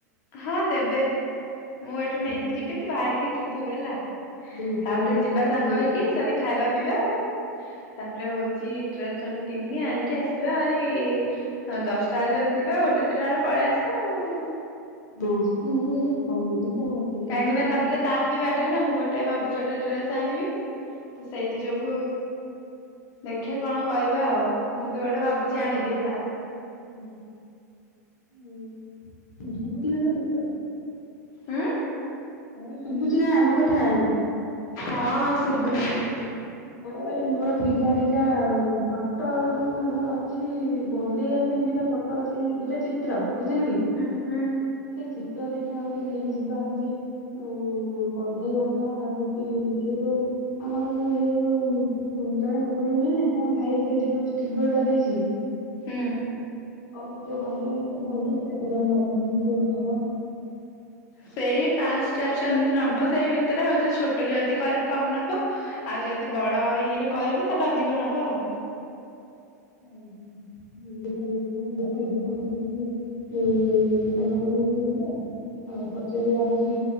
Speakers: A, on the left; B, on the left.
A: ହଁ ଦେବେ। ମୁଁ ଏଇଠୁ ନେଇକି
B: ତେଲ
A: ଯିବି ତୁ ବାହାରିକି ଥିବ ବୁଏଲା।
B: ହଁ
A: ତାପରେ
B: ତେଲ ପକେଇଦବା
A: ଯିବା ସାଙ୍ଗ
B: ହଁ
A: ହେଇକି ସେଠି ଖାଇବା ପିଇବା ତାପରେ ହଉଛି ଡ୍ରେସ କିଣିକି ଆଣିକି ଆସିବା ହାରି ଦଶଟା ବେଳେ ଯଦି ଯିବା ଗୋଟେ ଦିଟା ବେଳକୁ ପଳେଇ ଆସିବା ଆଉ।
B: <inaudible> ଥିଲା
A: କାହିଁକିନା
B: ହଉଛି
A: ତାପରେ ତାର ବି ବା ଗୋଟେ ନା ମୁଁ ଗୋଟେ ଭାବୁଛି ଗୋଟେଡ୍ରେସ ଆଣିବି। ତ ସେଇଥି ଯୋଗୁ ଦେଖେ କଣ କରିବା ଆଉ ମୁଁ ବି ଗୋଟେ ଭାବୁଛି ଆଣିବି ହେଲା।
B: ହୁଁ <inaudible> ହୁଁ। <unintelligible> କଥା <inaudible>
A: ହଁ
B: ମୁଁ ଶୁଭୁଛି ନା ଆମ କଥା।
A: ହଁ ଶୁଭୁଛିି।
B: ଆ ମୋର ଥିଲା ଦିଟା ଫଟୋ ଯୋଉ ଆମର ଅଛି ବନ୍ଦେଇବା ପାଇଁ ଦିଟା ଫଟୋ ଅଛି ଦିଟା ଚିତ୍ର। ବୁଝିଲୁ କି
A: ହୁଁ ହୁଁ
B: ସେଇ ଚିତ୍ର ଦି ଏଟା ହଉଛି ନେଇକି ଯିବା ହଉଛି ଉ ବନ୍ଧେଇ ଆଣିବା ହଉଛି ସେ ଯୋଉ ଆମର ଯୋଉ ଯୋଉ ଜଣେ ଖୁଡିନାହିଁ ନା ତା ଭାଇ ସେଇଠି ଯୋଉ ଷ୍ଟୁଡିଓ ଟା ଦେଇଛି।
A: ହୁଁ
B: ଅବକୃତ୍ୟ ବହିରେ ସେ ବନ୍ଦେଇଲେ କେତେ ଟଙ୍କା ନବ କହିଲୁ ସେ ଗୋଟାର?
A: ସେଇ ପାନ୍ସଟା ସେମତି ନବ ସେଇ ଭିତରେ ଆଉ ତୁ ଛୋଟ ଯଦି କରିବୁ କମ ନବ, ଆଉ ଯଦି ବଡ ଇଏରେ କରିବୁ ତାହେଲେ ଅଧିକ ନବ ଉ
B: ଓହୋ ମୁଁ ବି କାଲି ନେଇଥାଆନ୍ତି, ଦେଖିଆ ଯିବା ସେଠିକିରେ ଏ ତା ଦୋକାନକୁ ଦିନେ ଯିବା, ଆଉ ପଚାରିବା ହଉଚି